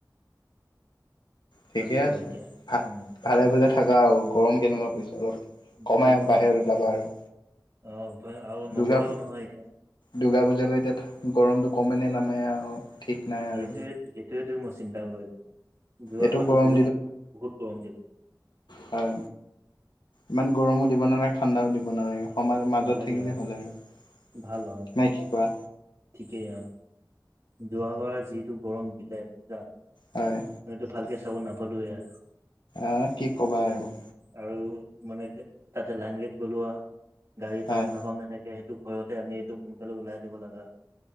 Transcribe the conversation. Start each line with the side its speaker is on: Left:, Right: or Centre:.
Left: ঠিকে
Right: আছো
Left: আছে
Right: আৰু এতিয়া
Left: ভা
Right: উম
Left: ভালে ভালে থাকা আৰু গৰম কেনেকুৱা পইচা অলপ
Right: বহুত
Left: কমাই
Right: গৰম
Left: বাহিৰ যাবা আৰু
Right: অ উপায় আৰু
Left: দুৰ্গা
Right: নগলেও
Left: পূজা
Right: নহয় এতিয়া
Left: দুৰ্গা পূজালৈ এতিয়া গৰমটো কমে নামায় আৰু ঠিক নাই
Right: সেইটোৱে
Left: আৰু
Right: সেইটোৱেত মই চিন্তা কৰিছো যোৱা
Left: এইটো
Right: বাৰো
Left: গৰম
Right: বহুত বহুত গৰম দিলে
Left: হয় ইমান গৰমো দিব নালাগে ঠাণ্ডাও দিব নালাগে সমাজ মাজত
Right: নালাগে
Left: থাকিলেই
Right: অ
Left: হ'ল আৰু
Right: ভাল অ
Left: নাই কি কোৱা
Right: ঠিকেই আ যোৱাবাৰ যিটো গৰম দিলে পূজাত
Left: হয়।
Right: এইটো ভালকে চাব নাপালো এয়া
Left: অ', কি ক'বা আৰু
Right: আৰু মানে কি তাতে লাইন গেট গ'লো আৰু গাড়ী
Left: হয়
Right: পাম নাপাম এনেকে এ সেইটো ভয়তে আমি এইটো সোনকালে ওলাই দিব লগা হ'ল।